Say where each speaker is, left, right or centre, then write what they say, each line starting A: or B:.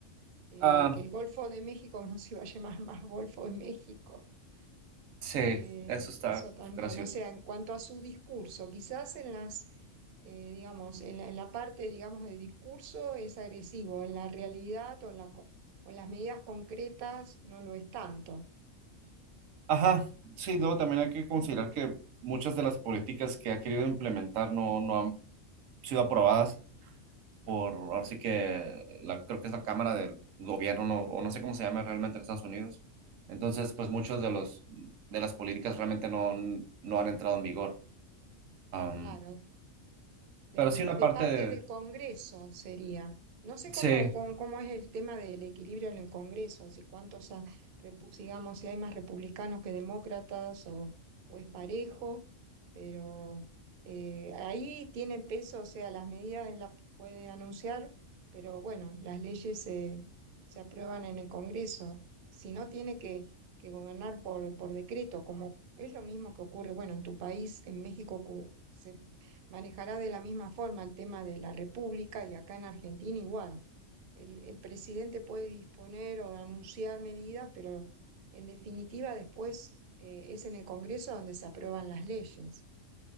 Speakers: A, on the right; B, on the right.
A: Eh,
B: Ah,
A: que el Golfo de México <laughs> no se iba a llamar más Golfo de México,
B: sí,
A: eh,
B: eso está
A: eso también,
B: gracioso.
A: o sea, en cuanto a su discurso, quizás en las, eh, digamos, en la, en la parte, digamos, de discurso es agresivo, en la realidad o en la co- o en las medidas concretas no lo es tanto,
B: Ajá, sí, luego también hay que considerar que muchas de las políticas que ha querido implementar no, no han sido aprobadas por, ahora sí que la, creo que es la Cámara del Gobierno, no, o no sé cómo se llama realmente en Estados Unidos. Entonces, pues muchos de los, de las políticas realmente no, no han entrado en vigor. Am,
A: claro. del-
B: pero sí una
A: de
B: parte
A: parte
B: de...
A: del Congreso sería. No sé cómo,
B: Sí.
A: cómo, cómo es el tema del equilibrio en el Congreso, si cuántos, ha- repu- digamos, si hay más republicanos que demócratas o, o es parejo, pero eh, ahí tienen peso, o sea, las medidas él las puede anunciar, pero bueno, las leyes se, se aprueban en el Congreso. Si no, tiene que, que gobernar por, por decreto, como es lo mismo que ocurre, bueno, en tu país, en México, cu- se manejará de la misma forma el tema de la República y acá en Argentina igual. El, el presidente puede disponer o anunciar medidas, pero en definitiva después eh, es en el Congreso donde se aprueban las leyes.